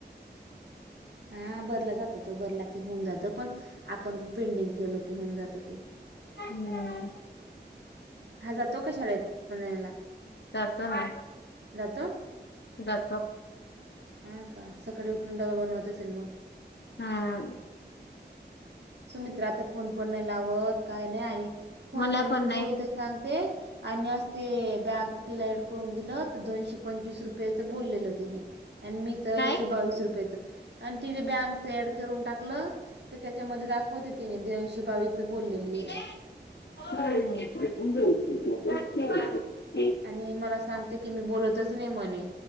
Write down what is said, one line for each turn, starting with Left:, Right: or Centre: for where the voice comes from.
Right: हा बरला जातो तो बरला की होऊन जात पण आपण बेंडिंग ठेवलं की होऊन जात ते
Left: हम्म
Right: हा जातो क शाळेत पधण्याला
Left: जातो ना
Right: जातो
Left: <inaudible>
Right: हा का सकाळी उठून डबा बनवत असेल मग
Left: हम
Right: सुमित्र आता फोन पण नाही लावत काय नाही आणि फोन
Left: मला
Right: वरून
Left: पण नाही
Right: बोलते सांगते आणि अस ते बँक तिला ऍड करून दिलं तर दोनशे पंचवीस रुपयाच बोललेलं तिने आणि मीच एकशे
Left: काय?
Right: बावीस रुपयाेच आणि तिथे बँकच ऍड करून टाकलं तर त्याच्यामध्ये दाखवत तिने दीनशे बावीस बोललेली
Left: तु
Right: आहे आणि मला सांगते की मी बोलतच नाही म्हणे